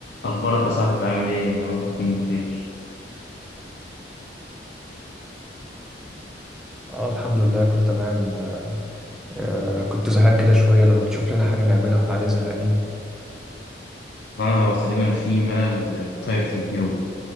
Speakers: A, on the left; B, in the centre.
A: أخبارك يا صاحبي عامل إيه؟ يا رب تكون بخير.
B: اه الحمد لله كله تمام آه كنت زهقان كده شوية لو تشوف لنا حاجة نعملها واحنا قاعدين زهقانين
A: آه هو تقريبا في ملل آه، طاير في الجو